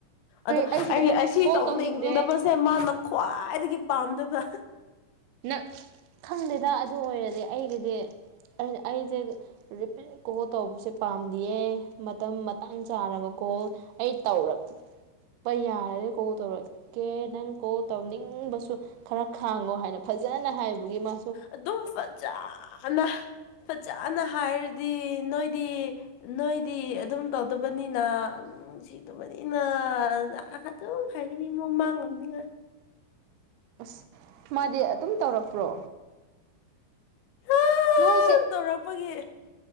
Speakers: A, on the left (about 80°); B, on the right (about 80°).
A: ꯑꯗꯣ
B: ꯑꯩꯁꯨꯅꯦꯍꯦ
A: ꯑꯩ ꯑꯁꯤ
B: ꯀꯣꯜ
A: ꯇꯧꯅꯤꯡꯗꯕꯁꯦ
B: ꯇꯧꯅꯤꯡꯗꯦ
A: ꯃꯥꯅ ꯈ꯭ꯋꯥꯏꯗꯒꯤ ꯄꯥꯝꯗꯕ
B: ꯅ ꯈꯪꯗꯦꯗ ꯑꯗꯨ ꯑꯣꯏꯔꯗꯤ ꯑꯩꯒꯤꯗꯤ ꯑꯩꯅ ꯑꯩꯖꯦ ꯔꯤꯄꯤꯠ ꯀꯣꯜ ꯇꯧꯕꯁꯦ ꯄꯥꯝꯗꯤꯌꯦ ꯃꯇꯝ ꯃꯇꯥꯡ ꯆꯥꯔꯒ ꯀꯣꯜ ꯑꯩ ꯇꯧꯔꯛꯇꯦꯄ ꯌꯥꯔꯗꯤ ꯀꯣꯜ ꯇꯧꯔꯛ ꯑꯣ ꯀꯦ ꯅꯪ ꯀꯣꯜ ꯇꯧꯅꯤꯡꯕꯁꯨ ꯈꯔ ꯈꯥꯡꯉꯣ ꯍꯥꯏꯅ ꯐꯖꯅ ꯍꯥꯏꯕꯒꯤ ꯃꯥ
A: ꯑꯗꯨꯝ ꯐꯖꯅ ꯐꯖꯅ ꯍꯥꯏꯔꯗꯤ ꯅꯣꯏꯗꯤ ꯅꯣꯏꯗꯤ ꯑꯗꯨꯝ ꯇꯧꯗꯕꯅꯤꯅ <unintelligible> ꯅꯨꯡꯁꯤꯗꯕꯅꯤꯅ ꯑꯗꯨꯝ ꯈꯔꯗꯤ ꯑꯃꯛ ꯃꯥꯡꯉꯝꯅꯤꯕ
B: ꯑꯁ ꯃꯥꯗꯤ ꯑꯗꯨꯝ ꯇꯧꯔꯛꯄ꯭ꯔꯣ
A: ꯌꯥꯝ
B: ꯅꯣꯏꯁꯦ
A: ꯇꯧꯔꯛꯄꯒꯤ